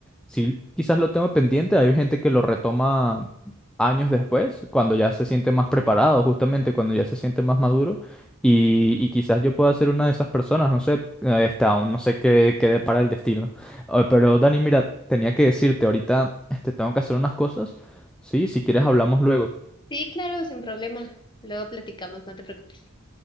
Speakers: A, in the centre; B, on the left.
A: sí quizás lo tengo pendiente, hay gente que lo retoma años después, cuando ya se siente más preparado, justamente cuando ya se siente más maduro, y, y quizás yo pueda ser una de esas personas, no sé, eh, está, aún no sé qué, qué depara el destino. Ah, Pero Dani, mira, tenía que decirte ahorita, este, tengo que hacer unas cosas. Sí, si quieres hablamos luego.
B: Sí, claro, sin problema. Luego platicamos, no te preocupes.